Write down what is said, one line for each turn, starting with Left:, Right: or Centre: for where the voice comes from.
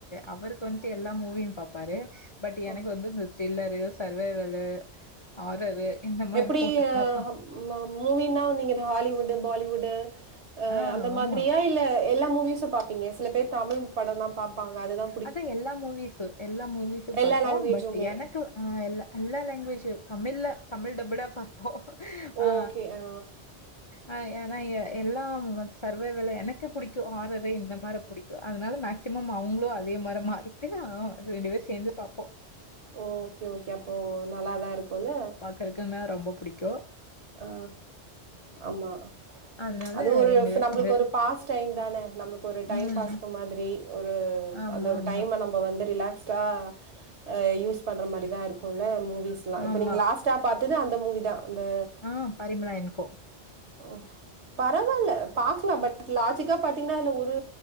Left: அவருக்கு வந்துட்டு எல்லா மூவியு பாப்பாரு பட் எனக்கு
Right: ஓ
Left: வந்து த்ரில்லரு, சர்வைவல்லு, ஹாரரு இந்த மாரி
Right: எப்டி
Left: போட்டு பாப்போ
Right: ம மூவினா நீங்க ஹாலிவுட்டு, பாலிவுட்டு அ
Left: ஆ
Right: அந்த
Left: ஆமா.
Right: மாதிரியா இல்ல எல்லா மூவிஸு பாப்பீங்க சில பேர் தமிழ் படோ தா பாப்பாங்க அதுதா
Left: அதா எல்லா மூவிஸு எல்லா மூவிஸு
Right: எல்லா
Left: பாப்போ
Right: லாங்குவேஜுமே.
Left: பட் எனக்கு ஆ எல்ல எல்லா லாங்குவேஜ் தமிழ்ல தமிழ் டப்புடா பாப்போ ஆ
Right: ஓகே. ஆ
Left: ஆ ஏனா எல்லா சர்வே வேல எனக்கு புடிக்கு ஆறுரை இந்த மாரி புடிக்கு அதனால மேக்சிமம் அவங்களு அதே மாற மாறிகிட்டு ரெண்டு பேரு சேர்ந்து பாப்போ
Right: ஓகே ஓகே அப்போ நல்லாதா இருக்குல்ல
Left: கருகன்னா ரொம்ப புடிக்கு
Right: ஆ ஆமா
Left: அதனால
Right: அது ஒரு
Left: பேரும்
Right: நம்மளுக்கு
Left: சேந்து
Right: ஒரு பாஸ் டைம் தானே நம்மளுக்கு ஒரு டைம்
Left: ம்.
Right: பாஸ்கு மாறி ஒரு
Left: ஆமாமா.
Right: அந்த ஒரு டைம நம்ம வந்து ரிலாக்ஸ்டா அ யூஸ் பண்ற மாரிதா இருக்குல்ல மூவிஸ்ல்லா இப்ப
Left: ஆமா.
Right: நீங்க லாஸ்ட்டா பாத்தது அந்த மூவிதா அந்த
Left: ஆ பரிமலா என் கோ
Right: ஓகே பரவாயில்ல பாக்கலா பட் லாஜிக்கா பாத்தீங்கன்னா அதுல ஒரு